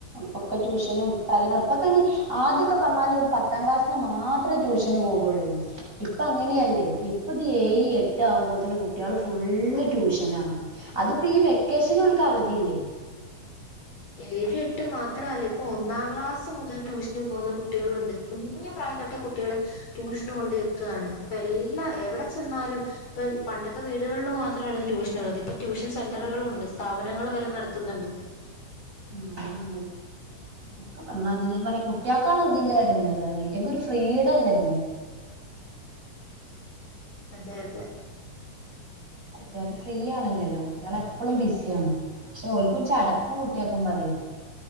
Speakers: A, on the right; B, on the left.
A: പ്പൊക്കെ ട്യൂഷനും കാര്യങ്ങളും പ്പൊക്കയ്ന് ആദ്യൊക്കെ പർഞ്ഞാല് ഒരു പത്താം ക്ലാസ്സ്ന്ന് മാത്രേ ട്യൂഷന് പോകള്ളോനി. ഇപ്പങ്ങനിയല്ലേ ഇപ്പത് ഏഴ് എട്ട് ആകുമ്പോത്ത്‌ന് കുട്ട്യാള് ഫുള്ള് ട്യൂഷനാണ് അത്പ്പ ഈ വെക്കേഷനോൽ ക്ക് അവധിയില്ലേ.
B: ഏഴും എട്ടും മാത്രമല്ല ഇപ്പൊ ഒന്നാം ക്ലാസ് മുതൽ ട്യൂഷന് പോകുന്ന കുട്ടികളുണ്ട്. കുഞ്ഞു പ്രായം തൊട്ടേ കുട്ടികള് ട്യൂഷന് കൊണ്ട് ഇരുത്തുകയാണ് പ്പെല്ലാ എവിടെ ചെന്നാലും ഇപ്പ പണ്ടൊക്കെ വീടുകളിൽ മാത്രമായിരുന്നു ട്യൂഷന ഉള്ളത് ഇപ്പൊ ട്യൂഷൻ സെന്ററുകളുണ്ട് സ്ഥാപനങ്ങൾ വരെ നടത്തുന്നുണ്ട്.
A: ഉം ഒക്കെ പർഞ്ഞാതിരി ഞാൻ പറയാ കുട്ട്യാക്കാണ് ഇതിന്റെ എടങ്ങേറ് റ്യ റ്റക്കൊരു ഫ്രീഡല്ലതീരിം
B: അതെയതെ
A: കുട്ട്യാക്ക് ഫ്രീ ആണല്ലല്ലോ കുട്ട്യാളെപ്പളും ബിസി ആണ്. ക്ഷേ ഓൽക്കും ചടക്കും കുട്ട്യാക്കും പറ്യേ